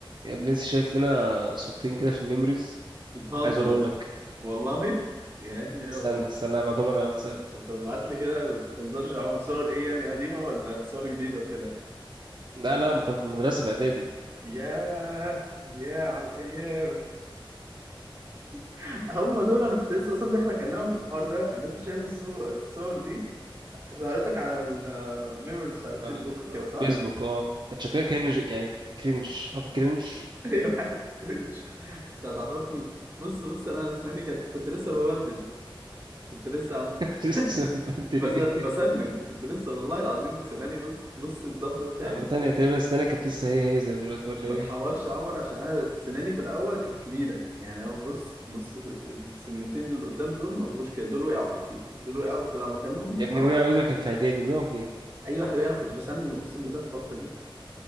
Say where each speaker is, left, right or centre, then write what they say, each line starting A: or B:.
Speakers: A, on the right; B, on the right.
A: يا ابني لسه شايف لنا صورتين كده في الميموريز
B: بتهزر
A: عايز اوريهم لك
B: والله يا ابني اه
A: استنى استنى ابعتهم لك على الواتساب
B: طب ابعت لي كده ما بتهزرش يا عمر صور ايه يعني قديمه ولا صور جديده وكده
A: لا
B: طب-
A: لا ما كنا في المدرسه في اعدادي
B: ياه ياه على الايام <laughs> هم دول انا كنت لسه اصلا داخل اكلمك في الحوار ده انا لسه شايف الصو- الصور دي ظهرتك على الميموريز بتاعت الفيسبوك
A: على
B: وكده
A: الفيسبوك
B: صح؟
A: اه كان شكلها كرنج يعني كرنج عارف كرنج
B: <laughs> ايوه حاجه كرنج ده هتعرفني بص بص انا اسناني كانت كنت لسه ببدل كنت لسه عم
A: <laughs> لسه
B: <laughs>
A: مبدل
B: بس... بسنن
A: ايه
B: كنت لسه والله العظيم سناني بص بص الضب
A: <laughs>
B: بتاعي
A: عامة هي تقريبا السنة كانت لسه هي هي زي دلوقتي ولا
B: بتحورش
A: ايه
B: يا عمر عشان انا سناني في الاول كانت كبيره يعني هو بص بص السنتين اللي قدام دول ما بقوش كده دول وقعوا اكيد دول وقعوا وطلع مكانهم
A: يا ابني
B: او
A: وقع عودة كان في اعدادي وقعوا فين
B: ايوه يا حبيبي انا كنت بسنن اقسم بالله في الفتره دي